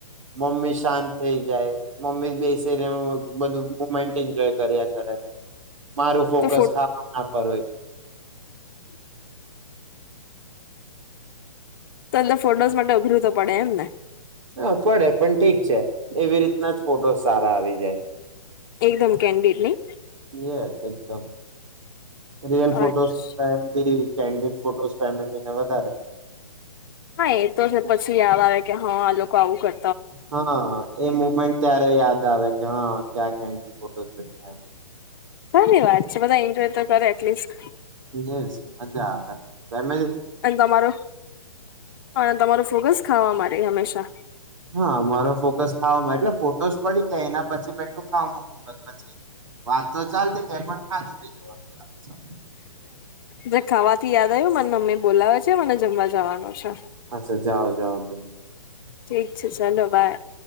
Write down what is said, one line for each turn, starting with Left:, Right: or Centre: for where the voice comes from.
Right: મમ્મી શાંત થઈ જાય મમ્મી બેસીને બધું‌ મેન્ટ એન્જોય કર્યા કરે. મારું ફોકસ
Left: તો ફો
Right: ખાવાના પર હોય.
Left: તો એલે ફોટોઝ માટે ઉઘરું તો પડે એમ ને.
Right: હા પડે પણ ઠીક છે એવી રીતના જ ફોટો સારા આવી જાય.
Left: એકદમ કેન્ડી નહી.
Right: યસ એકદમ. રિયન ફોટોઝ
Left: અચ્છા.
Right: ટમ બી કેન્ડ ફોટો ફેમલીને વધારે ગમે.
Left: હા એ તો જને પછી યાદ આવે કે હા આ લોકો આવું કરે.
Right: હા એ મુમેન્ટ ત્યારે યાદ આવે કે હા. ક્યા કેન્ડ ફોટો જોઈને એમ.
Left: સારી વાત છે બધા એન્જોય તો કરે એટલીસ્ટ.
Right: જે છે મજા આવે ફેમ
Left: અને તમાર હ તમાર ફોકસ. ખાવા માટે હંમેશા.
Right: હા મારો ફોકસ ખા એટલે ફોટોસ પડી જાય એના પછી બેઠું ખા ફોકસ પછી વાત તો ચાલતી જાય પણ ખાતું બી જોવાનું સારું. સારું
Left: જે ખાવાથી યાદ આવ્યું મને મમ્મી બોલાવે છે મને જમવા. જવાનું છે.
Right: અચ્છા <inaudible>
Left: ઠીક છે ચાલો બાય.